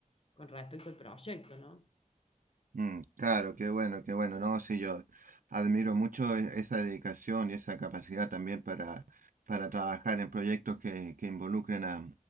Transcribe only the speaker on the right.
Mm, claro, qué bueno, qué bueno. No, sí, yo admiro mucho e- esa dedicación y esa capacidad también para, para trabajar en proyectos que, que involucren a,